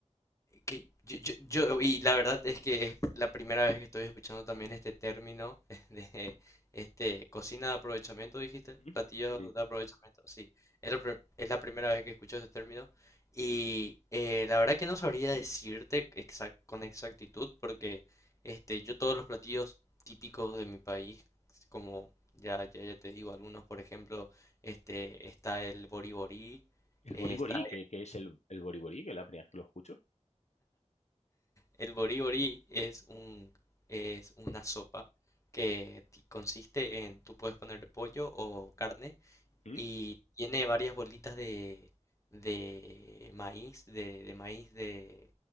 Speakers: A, on the left (about 25°); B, on the left (about 65°).
A: que yo, yo, yo- y la verdad es que es la primera vez que estoy escuchando también este término <laughs> de este cocina de aprovechamiento, dijiste,
B: ¿Mm?
A: platillo
B: Sí.
A: de aprovechamiento, sí, es la, pri- es la primera vez que escucho este término y eh, la verdad que no sabría decirte exact- con exactitud porque este yo todos los platillos típicos de mi país, como ya ya, ya te digo algunos, por ejemplo, este está el boriborí,
B: El
A: eh,
B: boriborí,
A: está
B: ¿qué, qué es el, el boriborí? Que es la primera vez que lo escucho.
A: El boriborí es un, es una sopa que ti- consiste en, tú puedes ponerle pollo o carne
B: ¿Mm?
A: y tiene varias bolitas de, de maíz, de, de maíz de,